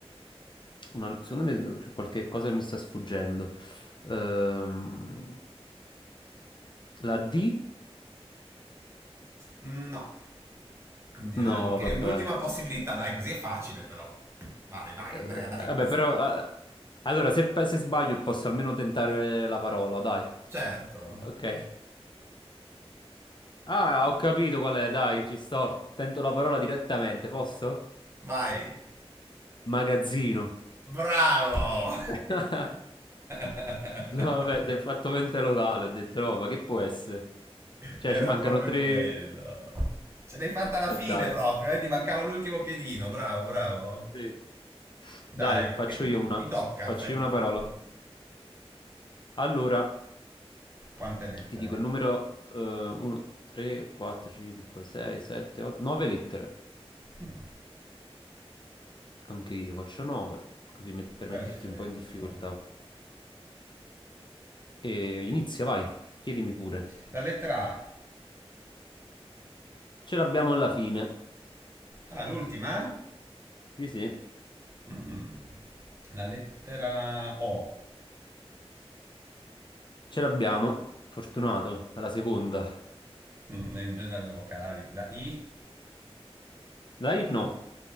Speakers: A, on the left (about 50°); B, on the right (about 25°).
A: una- secondo me c'è qualche cosa che mi sta sfuggendo. Ehm, la D?
B: no, neanche.
A: No, vabbè.
B: È Un'ultima possibilità, dai, così è facile però. Vai, vai,
A: Eh,
B: Andrea, dai.
A: vabbè, però... ah, allora, se, se sbaglio posso almeno tentare la parola, dai.
B: Certo.
A: Ok. Ah, ho capito qual è, dai, ci sto. Tento la parola direttamente, posso?
B: Vai.
A: Magazzino.
B: Bravo.
A: <laughs>
B: <laughs>
A: No, vabbè, ti hai fatto mente locale, ho detto no, ma che può essere? Cioè,
B: Era
A: ci mancano
B: proprio
A: tre.
B: quello. Ce l'hai fatta alla
A: eh,
B: fine
A: Dai,
B: proprio, eh? Ti mancava l'ultimo piedino, bravo, bravo.
A: Sì. Dai,
B: Dai,
A: faccio io
B: <laughs>
A: una.
B: ti tocca,
A: Faccio
B: fai
A: io
B: tu,
A: una parola.
B: fai tu.
A: Allora,
B: Quante lettere?
A: ti dico il numero 1, 3, 4, 5, 6, 7, 8, 9 lettere.
B: Mm,
A: Anche io faccio 9, così met- per
B: perfetto.
A: metterti un po' in difficoltà. E inizia, vai, chiedimi pure.
B: La lettera A.
A: Ce l'abbiamo alla fine.
B: Ah, l'ultima?
A: Sì, sì,
B: Mm. La lettera O.
A: ce l'abbiamo. Fortunato, alla seconda.
B: Mm, in genere le vocali. La I?
A: Dai, no.